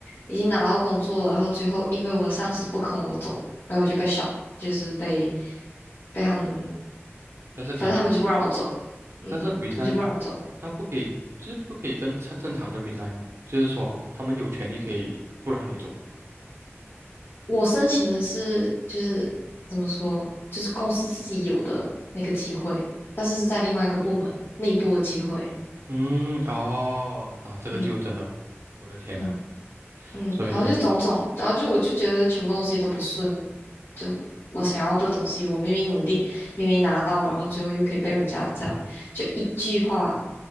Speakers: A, on the left; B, on the right.
A: 已经拿到工作了，然后最后因为我的上司不肯我走，然后我就被小，就是被被他们，
B: 但是可以这样，
A: 反正他们就不让我走，嗯，
B: 但是 resign
A: 他们就不让我走。
B: 他不可以，就是不可以正常正常的 resign 嘛，就是说他们有权利可以不让你走嘛。
A: 我申请的是就是怎么说，就是公司自己有的那个机会，但是是在另外一个部门内部的机会，
B: 嗯，哦，那这个就真的，
A: 嗯
B: 我的天呐，
A: 嗯。嗯，
B: 所以，
A: 然后就种种，然后就我就觉得全部东西都不顺利，就我想要的东西，我明明努力，明明拿到，然后最后又可以被人家这样，就一句话